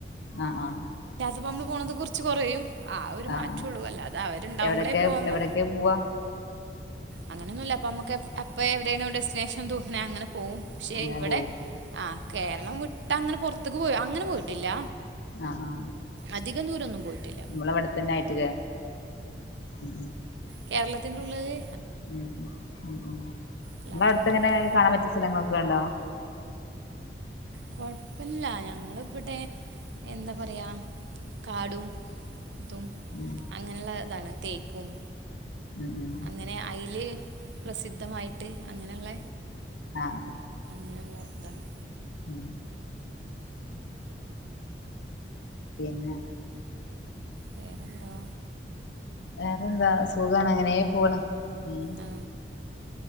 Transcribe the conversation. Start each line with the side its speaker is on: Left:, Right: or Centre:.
Left: ആഹ ആഹ
Right: അപ്പൊ നമ്മള് പോണുന്നത് കുറിച്ച് കുറയും ആ ഒരു മാറ്റുള്ളൂ
Left: ആഹ് ആഹ്
Right: അല്ലാതെ അവരുണ്ടാവുമ്പോളേ
Left: എവിടൊക്കെ
Right: പോവാൻ
Left: എവിടൊക്കെ
Right: പ
Left: പോവാ
Right: അങ്ങനൊന്നുല്ല അപ്പൊ നമുക്ക് അപ്പൊ എവിടെണോ ഡെസ്റ്റിനേഷൻ തോന്ന്ണേ അങ്ങനെ പോവും പക്ഷെ
Left: അങ്ങനെ
Right: ഇവിടെ
Left: പോയി
Right: ആ കേരളം വിട്ട് അങ്ങനെ പൊറത്ത്ക്ക് പോയി അങ്ങനെ പോയിട്ടില്ല
Left: ആഹ് ആ
Right: അധികം ദൂരൊന്നും പോയിട്ടില്ല
Left: നമ്മളവിടെത്തന്നെ ആയിട്ട്ല്ലേ ഉം
Right: കേരളത്തിനുള്ളിതല്
Left: ഉം ഉം ഉം ഉം നമ്മ
Right: അല്ലാതെ
Left: അടുത്തെ
Right: പുറത്ത്
Left: എങ്ങനെ കാണാൻ പറ്റിയ സ്ഥലങ്ങളൊക്കെ ഉണ്ടോ
Right: കൊഴപ്പില്ല ഞങ്ങളി ഇപ്പടെ എന്താ പറയാ കാടും ഇതും
Left: ഉം
Right: അങ്ങനെയുള്ള ഇതാണ് തേക്കും
Left: ഉം ഉം
Right: അങ്ങനെ അതിൽ പ്രസിദ്ധമായിട്ട് അങ്ങനെയുള്ള
Left: ആഹ്
Right: അങ്ങനെയുള്ള ഇതാണ്
Left: ഉം പിന്നെ
Right: വേറെന്താ
Left: വേറെന്താ സുഖാണ് അങ്ങനെ പോണ് ഉം
Right: ആ